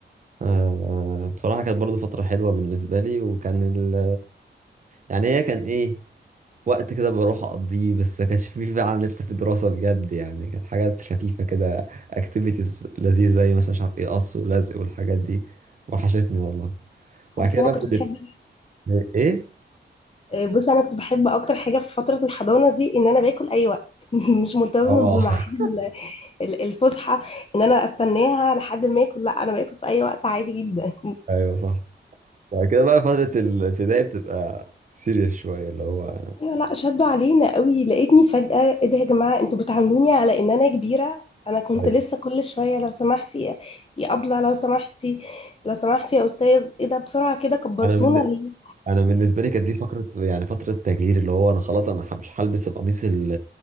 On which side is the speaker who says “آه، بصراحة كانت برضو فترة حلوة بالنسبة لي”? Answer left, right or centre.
Right